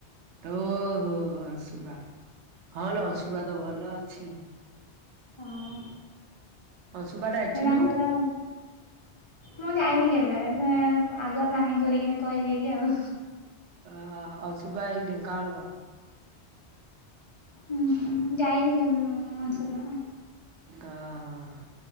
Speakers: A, on the right; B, on the left.
A: ଓହୋ ଅଂଶୁବା ହଁ ଅଂଶୁବା ତ ଭଲ ଅଛି।
B: ହଁ
A: ଅଂଶୁପା ଟା ଏଠି
B: ସେ ତାଙ୍କର
A: ନୁହଁ କି?
B: ମୁଁ ଯାଇନି କେବେ ଏବେ ଆଗୁଆ ପ୍ଲାନିଂ କରିକିନି କହିଦେଇଛି ଆଉ।
A: ଅହ ହ ଅଂଶୁବା ଏଇ ଢେଙ୍କାଳ ପା
B: ହୁଁ ହୁଁ ଯାଇନି କେବେ ମୁଁ ଅଂଶୁବା।
A: ଅ ହଁ ହଁ